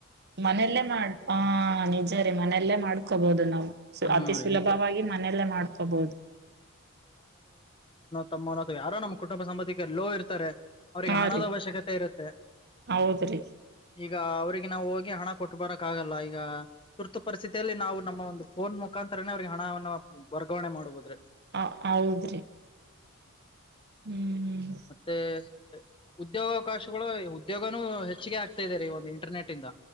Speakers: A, on the right; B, on the left.
A: ಮನೆಯಲ್ಲೇ ಮಾಡ ಆ ನಿಜ ರೇ ಮನೆಯಲ್ಲೇ ಮಾಡ್ಕೊಬುದು ನಾವು
B: ಹಾ
A: ಅತಿ
B: ರೀ
A: ಸುಲಭವಾಗಿ
B: ಈಗ
A: ಮನೆಯಲ್ಲೇ ಮಾಡ್ಕೋಬಹುದು
B: ತಮ್ಮ ಅಥವಾ ಯಾರೋ ನಮ್ಮ ಕುಟುಂಬ ಸಂಬಧಕ್ಕೆಿಗೆ ಲೋ ಇರ್ತಾರೆ ಅವ್ರಿಗೆ
A: ಹಾ
B: ಹಣದ
A: ರೀ
B: ಅವಶ್ಯಕತೆ ಇರುತ್ತೆ
A: ಹೌದ್ರಿ
B: ಈಗ ಅವ್ರಿಗೆ ನಾವು ಹೋಗಿ ಹಣ ಕೊಟ್ಟ ಬರಕ್ ಆಗಲ್ಲ ಈಗ ತುರ್ತು ಪರಿಸ್ಥಿತಿಯಲ್ಲಿ ನಾವು ನಮ್ಮ ಒಂದು ಫೋನ್ ಮುಖಾಂತರನೇ ಅವ್ರಿಗೆ ಹಣವನ್ನು ವರ್ಗಾವಣೆ ಮಾಡಬಹ್ರೆ
A: ಹ ಹೌದ್ರಿ ಹ್ಮ್
B: ಮತ್ತೆ ಉದ್ಯೋಗಾವಕಾಶಗಳು ಉದ್ಯೋಗನೂ ಹೆಚ್ಚಿಗೆ ಆಗ್ತಾ ಇದ ರ ಈ ಒಂದು ಇಂಟರ್ನೆಟ್ ಇಂದ